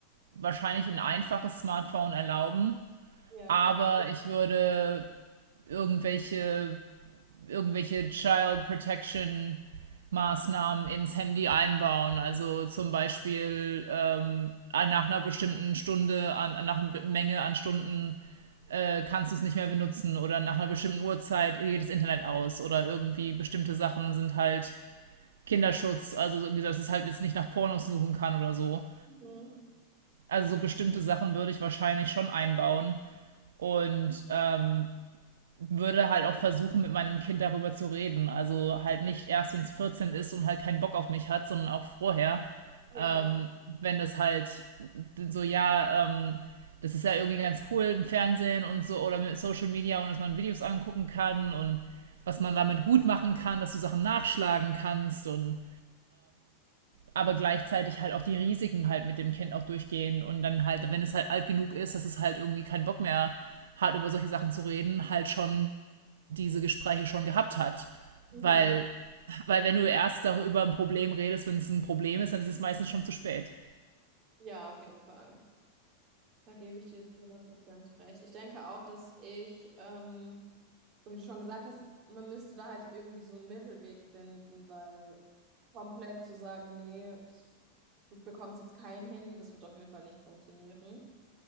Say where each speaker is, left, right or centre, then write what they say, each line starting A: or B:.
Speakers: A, on the right; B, on the right.
A: wahrscheinlich ein einfaches Smartphone erlauben,
B: Ja.
A: aber ich würde irgendwelche, irgendwelche Child Protection Maßnahmen ins Handy einbauen. Also zum Beispiel äh, nach einer bestimmten Stunde, an, nach einer Menge an Stunden äh, kannst du es nicht mehr benutzen oder nach einer bestimmten Uhrzeit geht das Internet aus oder irgendwie bestimmte Sachen sind halt Kinderschutz. Also so, wie gesagt, dass es halt jetzt nicht nach Pornos suchen kann oder so.
B: Mhm.
A: Also so bestimmte Sachen würde ich wahrscheinlich schon einbauen und ähm, würde halt auch versuchen, mit meinem Kind darüber zu reden. Also halt nicht erst, wenn es 14 ist und halt keinen Bock auf mich hat, sondern auch vorher
B: Ja.
A: Ähm, wenn das halt so, ja, ähm, das ist ja irgendwie ganz cool im Fernsehen und so oder mit Social Media und dass man Videos angucken kann und was man damit gut machen kann, dass du Sachen nachschlagen kannst und aber gleichzeitig halt auch die Risiken halt mit dem Kind auch durchgehen und dann halt, wenn es halt alt genug ist, dass es halt irgendwie keinen Bock mehr hat, über solche Sachen zu reden, halt schon diese Gespräche schon gehabt hat.
B: Mhm.
A: Weil, weil wenn du erst darüber ein Problem redest, wenn es ein Problem ist, dann ist es meistens schon zu spät.
B: Ja, auf jeden Fall. Da gebe ich dir zu hundert Prozent recht. Ich denke auch, dass ich, ähm, so wie du schon gesagt hast, man müsste da halt irgendwie so einen Mittelweg finden, weil komplett zu sagen, nee, es- du bekommst jetzt kein Handy, das wird auf jeden Fall nicht funktionieren.